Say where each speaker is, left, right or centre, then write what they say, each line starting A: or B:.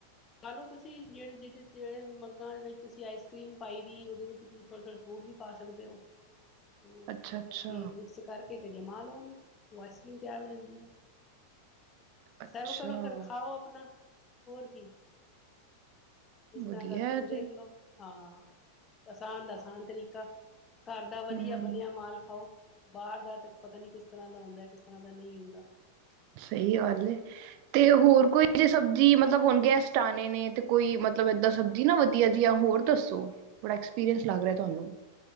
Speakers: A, on the left; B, on the right.
A: ਖਾ ਲੋ ਤੁਸੀਂ ਜਿਹੜੇ ਜਿਹਦੇ ਜਿਹੜੇ ਮਗਾ ਵਿੱਚ ਤੁਸੀਂ ਆਈਸ ਕਰੀਮ ਪਾਈ ਦੀ ਔਦੇ ਵਿੱਚ ਤੁਸੀਂ ਥੋੜ੍ਹੇ ਥੋੜੇ ਫਰੂਟ ਵੀ ਪਾ ਸਕਦੇ ਹੋ, ਉਹਨੂੰ
B: ਅੱਛਾ-ਅੱਛਾ,
A: ਮਤਲਬ ਕਿ ਮਿਕਸ ਕਰਕੇ। ਨਹੀਂ ਤੇ ਜਮਾ ਉਹਨੂੰ ਉਹ ਆਈਸਕ੍ਰੀਮ ਤਿਆਰ ਹੋ ਜਾਂਦੀ ਹੈ।
B: ਅੱਛਾ ਅੱਛਾ
A: ਸਵ ਕਰੋ, ਫਿਰ ਖਾਓ ਪਣਾ ਹੋਰ ਕੀ ਇਸ ਤਰ੍ਹਾਂ
B: ਵਧੀਆ
A: ਕਰਕੇ
B: ਐ ਤੇ
A: ਦੇਖਲੋ, ਹਾਂ ਆਸਾਨ ਦਾ- ਆਸਾਨ ਤਰੀਕਾ। ਘਾਰ ਦਾ ਵਧੀਆ
B: ਹੂੰ
A: ਬਣਿਆ ਮਾਲ ਖਾਓ, ਬਾਰ ਦਾ ਤੇ ਪਤਾ ਨੀ ਕਿਸ ਤਰ੍ਹਾਂ ਦਾ ਹੁੰਦਾ ਐ, ਕਿਸ ਤਰ੍ਹਾਂ ਦਾ ਨ ਈ ਹੁੰਦਾ
B: ਸਹੀ ਗੱਲ ਏ। ਤੇ ਹੋਰ ਕੋਈ ਜੇ <unintelligible> ਸਬਜ਼ੀ ਮਤਲਬ ਹੁਣ ਗੈਸਟ ਆਣੇ ਨੇ ਤੇ ਕੋਈ ਮਤਲਬ ਏਦਾਂ ਸਬਜ਼ੀ ਨਾ ਵਧੀਆ ਜਿਹੀ ਹੋਰ ਦੱਸੋ, ਬੜਾ ਐਕਸਪੀਰੀਅੰਸ ਲੱਗ ਰਿਹਾ ਤੁਹਾਨੂੰ।